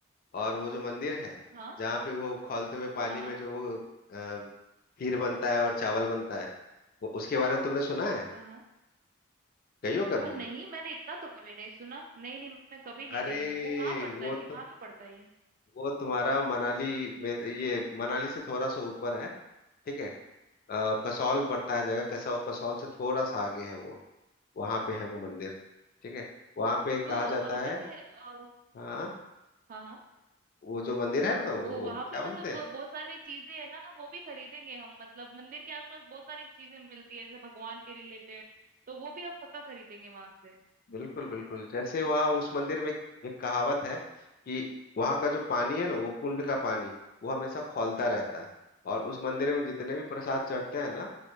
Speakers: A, on the left; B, on the right.
A: और वो जो मंदिर है
B: हाँ
A: जहाँ पे वो खौलते हुए पानी
B: हाँ हाँ
A: में जो वो अ, खीर बनता है और चावल बनता है वो उसके बारे में तुमने सुना है
B: हाँ हाँ।
A: गई हो कभी
B: और नहीं मैंने इतना तो कभी नहीं सुना नहीं नहीं मैं कभी नहीं
A: अरे
B: गई हूँ वो कहाँ पड़ता
A: वो
B: है कि कहाँ
A: तो
B: पे पड़ता है ये
A: वो तुम्हारा मनाली में ये मनाली से थोड़ा सा ऊपर है ठीक है अ, कसौल पड़ता है जगह कसौ कसौल से थोड़ा सा आगे है वो वहां पे है वो मंदिर ठीक है वहां पे कहा
B: तो अ,
A: जाता
B: जैसे
A: है
B: आ,
A: हाँ
B: हाँ हाँ
A: वो जो मंदिर है ना वो
B: तो वहां
A: क्या
B: पे
A: बोलते
B: मतलब
A: हैं
B: बहुत सारी चीजें है ना वो भी खरीदेंगे हम मतलब मंदिर के आसपास बहुत सारी चीजें मिलती है जैसे भगवान के रिलेटेड तो वो भी हम पक्का खरीदेंगे वहां से
A: बिल्कुल बिल्कुल जैसे वहाँ उस मंदिर में एक एक कहावत है कि वहाँ का जो पानी है ना वो कुंड का पानी वो हमेशा खौलता रहता है और उस मंदिर में जितने भी प्रसाद चढ़ते हैं ना